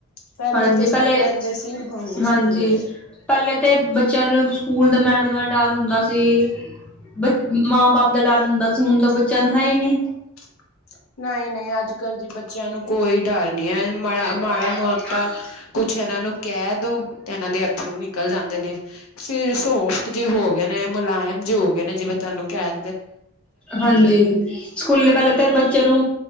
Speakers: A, on the left; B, in the centre.
A: ਪਹਿਲੇ
B: ਹਾਂਜੀ
A: ਤੇ ਸੁਣ
B: ਪਹਿਲੇ
A: ਲੈਂਦੇ ਸੀ ਹੁਣ ਨੀ ਸੁਣਦੇ
B: ਹਾਂਜੀ ਪਹਿਲੇ ਤੇ ਬੱਚਿਆਂ ਨੂੰ? ਸਕੂਲ ਦੇ ਮੈਡਮਾਂ ਡਰ ਹੁੰਦਾ ਸੀ ਬੱਚੇ ਮਾਂ ਬਾਪ। ਦਾ ਡਰ ਹੁੰਦਾ ਸੀ। ਹੁਣ ਤਾਂ ਬੱਚਿਆਂ ਨੂੰ ਹੈ ਹੀ ਨਹੀਂ
A: <unintelligible> ਨਹੀਂ ਨਹੀਂ ਅੱਜ ਕੱਲ ਜੀ ਬੱਚਿਆਂ ਨੂੰ ਕੋਈ ਡਰ ਨੀ ਹੈ। ਮਾੜਾ
B: ਨਹੀਂ,
A: ਮਾੜਾ ਮੋਟਾ ਤਾਂ ਕੁਛ ਹੈ। ਇਹਨਾਂ ਨੂੰ ਕਹਿ ਦੋ ਤੇ, ਇਹਨਾਂ ਦੇ ਅੱਥਰੂ ਨਿਕਲ ਜਾਂਦੇ ਨੇ, ਫੇਰ ਸੋਫਟ ਜੇ ਹੋ ਗਏ ਨੇ, ਮੁਲਾਇ ਕਾਇਮ ਜੇ ਹੋ ਗਏ ਨੇ, ਜਿਵੇਂ ਤੁਹਾਨੂੰ ਕਹਿ
B: ਹਾਂਜੀ। ਸਕੂਲੇ
A: ਨਾਜ਼ੁਕ
B: ਪਹਿਲੇ ਤੇ
A: ਹੀ
B: ਬੱਚ--।
A: ਬੜੇ ਨੇ
B: ਚਲੋ,